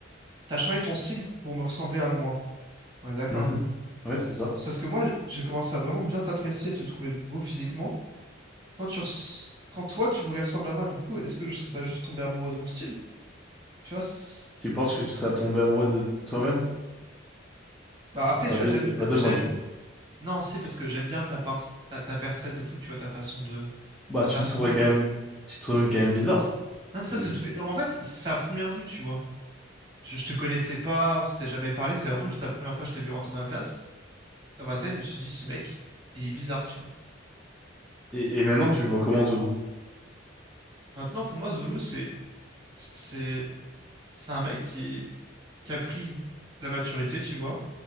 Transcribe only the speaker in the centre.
Mhm. Ouais, c'est ça.
Tu penses que tu seras tombé amoureux de toi-même
et pas
de,
et pas
de
moi, du coup.
Bah,
tu
me trouvais
quand même, tu te trouvais quand même bizarre
au début.
Et, et maintenant, tu le vois comment Zoulou?